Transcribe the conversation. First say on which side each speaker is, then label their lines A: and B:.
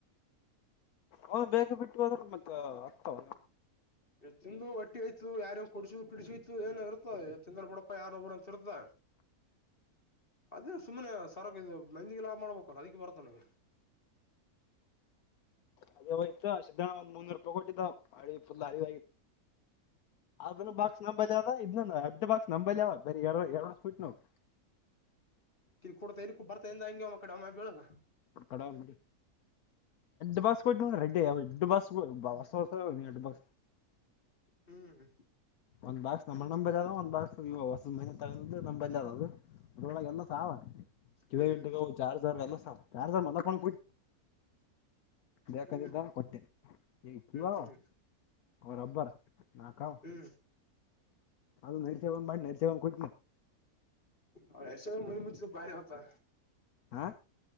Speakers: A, on the left (about 75°); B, on the left (about 35°).
A: ಅವನು ಬೇಗ ಬಿಟ್ಟು ಹೋದ್ರ ಮತ್ತ ಆಗ್ತವನು
B: ಹ ಎ ತಿಂದು ಒಟ್ಟಿ ಆಯ್ತ ಯಾರಂಗ ಕುಡಸು ಪ ಬಿಡಸುಯಐ ಏನ ಇರುತ್ತೋ ಎ ತಿದಂದ್ರ ಬಿಡಪ್ಪಾ ಯಾರೊಬ್ಬ್ರ ರ್ತ ಅದ ಸುಮ್ಮನೆ ಸರಕ್ ಇದು ಮೆಂದಿಗೆ ಲಾಭ ಮಾಡ್ಬೇಕಲ್ಲ ಅದಕ್ಕೆ ಬರುತ್ತ ನಗೆ
A: ಅದಯ್ತ ಸಿದ್ಧಣ್ಣ ಒಂದ ಮುನ್ನೂರು ರೂಪಾಯಿ ಕೊಟ್ಟಿದ್ದಳಿ ಆ ಬಾಕ್ಸ್ ನಂಬಲ್ಲಿದ ಇದ ಅಡ್ಡ ಬಾಕ್ಸ್ ನಂಬಲ್ಲಿವ ಬೇ ಎರಡು ಎರಡ್ ವರ್ಷ ಕುುಟ್ಟು ನೋವು
B: ಕೊಡತ ಇಕ್ಕ ಬರ್ತಾ ಇ ಹಂಂಗ ಅವಮ್ಮ ಕಡೆಮ್ಮ ಬೆಳಗ್
A: ಕಡಾವಡಿ ಎ ಬಸ್ ರ ಎಡ್ ಬಸ್ ಬ ಎ ಬ
B: ಹ್ಮ್
A: ಒಂದ್ ಬಾಕ್ಸ್ ನಮ್ಮ್ ಅಣ್ಣನ ಬಲ್ಲಿ ಅದ ಒಂದ್ ಬಾಕ್ಸ್ ಇವ ಹೊಸದ ದಮನ್ನಿ ತಗೊಂಡದ್ ನಂಬಲ್ಲಿ ಅದ ಅದು ಅದ್ರೊಳಗೆ ಎಲ್ಲ ಸಾವ ಕಿಲ
B: ಹ್ಮ್
A: ಗಿಟ ಚಾರ್ಜರ್ ಎಲ್ಲ ಸಾವ ಚಾರ್ಜರ್ ಮ ಕುನ ಬದ
B: ಹ್ಮ್
A: ಕೊಟ್ಟೇನೆ ಪವಾ
B: ಹ್ಮ್ ಹ್ಮ್
A: ರಬ್ಬರ್ ನಾಕಾಾವ
B: ಹ್ಮ್
A: ಅದು ನರಿಚೇವ ಬ ನರಿಚೇವ ಕೊ
B: ಅವ ಯಶ ಮಂದಿ ಮುಂಚ ಭಾರಿ ಆತಾ
A: ಹ